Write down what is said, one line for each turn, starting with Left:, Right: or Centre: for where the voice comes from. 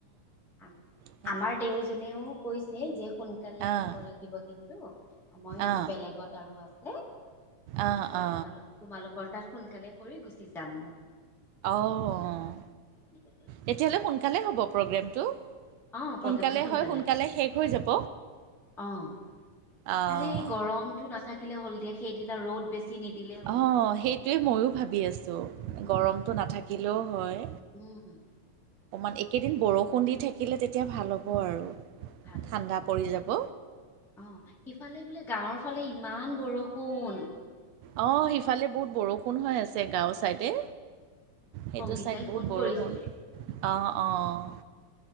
Centre: আম
Right: সেনে
Centre: আমাৰ দেউজনেও কৈছে যে সোনকালে আহিব
Right: অঁ
Centre: লাগিব কিন্তু, মই
Right: অঁ
Centre: বেলেগত আৰু আছে
Right: অঁ
Centre: মই
Right: অঁ
Centre: তোমালোক তোমালোকৰ তাত সোনকালে কৰি গুচি যাম।
Right: অ' অ'
Centre: এনেকে কৈছে
Right: তেতিয়াহ'লে সোনকালে হ'ব প্ৰগ্ৰেমটো?
Centre: অ প্ৰগ্ৰেমটো
Right: সোনকালে হয় সোনকালে
Centre: হ'ব।
Right: শেষ হৈ যাব?
Centre: অ'
Right: অঁ
Centre: খালি গৰমটো নাথাকিলে হ'ল দিয়া, সেইদিনা ৰ'দ বেছি নিদিলে হ'ল
Right: অ' সেইটোৱে ময়ো ভাবি আছো,
Centre: উম
Right: গৰমটো নাথাকিলেও হয়।
Centre: উম হম।
Right: অকণমান একেদিন বৰষুণ দি থাকিলে তেতিয়া ভাল হ'ব আৰু।
Centre: ভাল
Right: ঠাণ্ডা
Centre: হব
Right: পৰি
Centre: উম,
Right: যাব
Centre: অ' সিফালে বোলে গাঁৱৰ ফালে ইমান বৰষুণ
Right: অ' সিফালে বহুত বৰষুণ হৈ আছে গাঁও ছাইডে। সেইটো
Centre: সংগীতাই
Right: ছাইড বহুত
Centre: ফোন
Right: বৰষুণ,
Centre: কৰিছিলে
Right: অ' অ'।